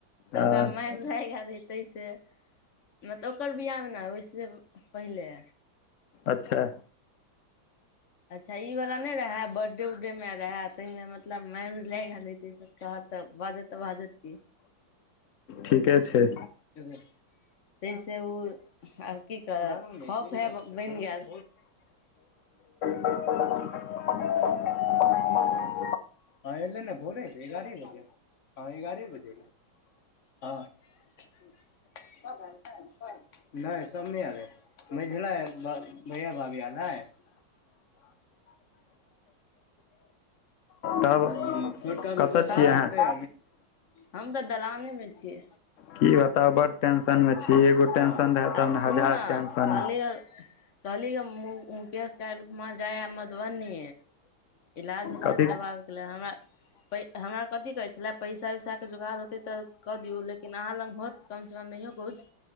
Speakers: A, on the left (about 45°); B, on the left (about 75°).
A: तऽ
B: हँ
A: ओकरा माइर याद हइ तइ से मतलब ओकर बिआहमे ना ओइसे पहिले
B: अच्छा
A: अच्छा ई वाला नहि रहे बर्डे उर्डे मे रहे ताहि मे मतलब मारि उरी लागे गेल हेतय कहत तऽ बाजत तऽ बाजत की
B: ठीके छै
A: <unintelligible> तहिसे उ आ की करब ख बनि गेल
B: <unintelligible>
A: हँ एलै ने भोरे एले एगारहे बजे हँ एगारहे बजे हँ <unintelligible> नई सब नई आयल हे मझिला <unintelligible> भैया भाभी एल है <unintelligible>
B: तब
A: आ छोटका
B: कतऽ
A: बड़काथर
B: छियै अहाँ
A: हम तऽ दलान मे छीयै
B: की बताउ बड टेंशन मे
A: हँ
B: छी एगो टेंशन रहे तब
A: आ
B: हजार
A: सुनू ने
B: टेंशन
A: कहली कहली ह मु-मुकेश काईल खुमा जाइ हे मधुबनी इलाज उलाज
B: कथी
A: करबाबयके ल लेल हमरा पै हमरा कथी कहै छला पैसा वैसाके जोगार होतै तऽ कऽ दियौ लेकिन अहाँ लग होत कमसँ कम नहियो कुछ